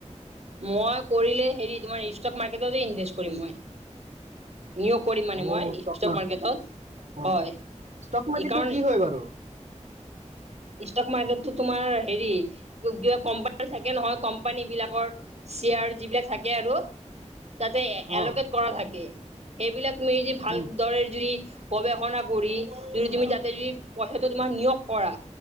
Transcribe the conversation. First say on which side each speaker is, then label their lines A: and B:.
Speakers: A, on the right (about 60°); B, on the right (about 85°).
A: মই কৰিলে হেৰি তোমাৰ ষ্টক মাৰ্কেটতে ইনভেষ্ট কৰিম মই। নিয়োগ কৰিম মানে
B: অ
A: মই ষ্টক
B: মাৰ্কেট
A: মাৰ্কেটত
B: অ
A: হয়।
B: ষ্টক মাৰ্কেটটো
A: এই কাৰণ
B: কি হয় বাৰু
A: ষ্টক মাৰ্কেটতো তোমাৰ হেৰি কিবা কোম্পানি থাকে নহয় কোম্পানী বিলাকৰ চেয়াৰ যিবিলাক থাকে আৰু
B: <unintelligible>
A: তাতে এলকেট
B: অ
A: কৰা থাকে সেইবিলাক মি যদি ভাল
B: উম,
A: দৰে যদি। গৱেষণা কৰি যদি তুমি যাতে যদি পইচাটো তোমাৰ নিয়োগ কৰা